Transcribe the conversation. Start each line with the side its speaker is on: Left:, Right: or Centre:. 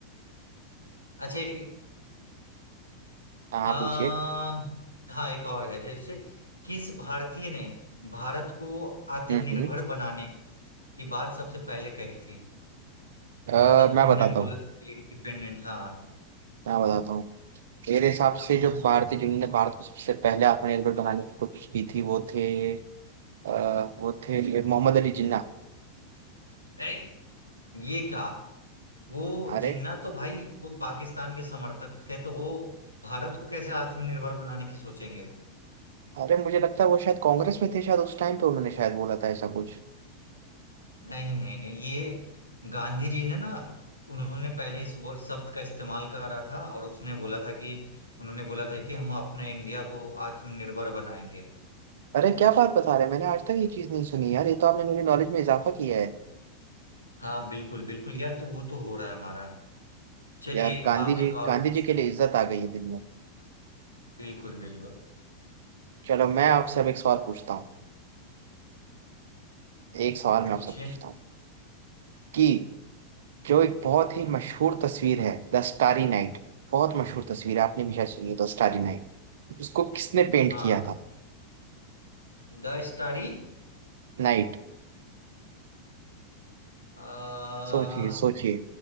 Left: अच्छा एक-
Right: हाँ
Left: हाँ
Right: हाँ, पूछिए
Left: हाँ एक और है जैसे किस भारतीय ने भारत को आत्मनिर्भर
Right: हम्म हम्म।
Left: बनाने की बात सबसे पहले कही थी
Right: अ,
Left: मतलब
Right: मैं
Left: उन्होंने
Right: बताता
Left: बोला
Right: हूँ
Left: था कि इंडिपेंडेंट हाँ
Right: मैं बताता हूँ मेरे हिसाब से जो भारतीय जिन्होंने भारत को सबसे पहले आत्मनिर्भर बनाने की कोशिश की थी वो थे आ, वो थे मोहम्मद अली जिन्ना
Left: ए, ये कहा वो
Right: अरे
Left: जिन्ना तो भाई वो पाकिस्तान के समर्थक थे तो वो भारत को कैसे आत्मनिर्भर बनाने की सोचेंगे
Right: अरे मुझे लगता है वो शायद कांग्रेस में थे शायद उस टाइम पे उन्होंने शायद बोला था ऐसा कुछ
Left: नहीं नहीं नहीं ये गांधी जी ने ना उन्होंने पहले इस वर्ड शब्द का इस्तेमाल करा था और उसने बोला था कि उन्होंने बोला था कि हम अपने इंडिया को आत्मनिर्भर बनाएंगे
Right: अरे क्या बात बता रहे हैं मैंने आज तक ये चीज नहीं सुनी यार ये तो आपने मेरी नॉलेज में इजाफा किया है
Left: हाँ बिल्कुल बिल्कुल यार तो वो तो हो रहा है हमारा चलिए
Right: यार गांधी
Left: आप
Right: जी
Left: एक और
Right: गांधी
Left: पूछिए
Right: जी के लिए इज्जत आ गई है दिल में
Left: बिल्कुल बिल्कुल
Right: चलो मैं आपसे अब एक सवाल पूछता हूँ एक सवाल मैं
Left: पूछिए
Right: आपसे पूछता हूँ कि जो एक बहुत ही मशहूर तस्वीर है द स्टारी नाइट बहुत मशहूर तस्वीर है आपने भी शायद सुनी है द स्टारी नाइट उसको किसने पेंट
Left: हाँ
Right: किया था
Left: द स्टारी
Right: नाइट
Left: हाँ
Right: सोचिए सोचिए